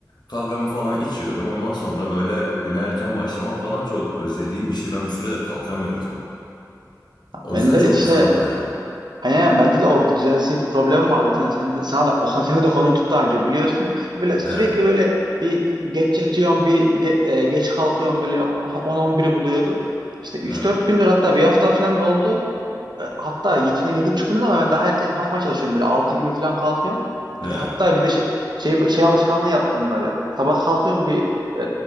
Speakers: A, on the left; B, on the right.
A: Kahvemi falan içiyorum. Ondan sonra böyle güne erken başlamak falan çok özlediğim bir şey. Ben bir süredir kalkamıyordum. O
B: Ben
A: yüzden
B: de
A: çok
B: işte
A: güzel oluyor.
B: Aynen bende de o bir düzensizlik problemi var zaten. Sen de, sana da o seni de konuştuk daha önce biliyorsun. Böyle sürekli
A: He.
B: böyle bir geç yatıyorum, bir ge- e, geç kalkıyorum böyle on-on biri buluyordu. İşte üç
A: He.
B: dört gündür hatta bir hafta falan da oldu. E, Hatta y- sen yedi buçuk dedin ama ben daha erken kalkmaya çalışıyorum böyle altı gibi falan kalkıyorum.
A: He.
B: Bir de, hatta bir de şey, şey, şey alışkanlığı yaptım böyle. Sabah kalkıyorum bir e,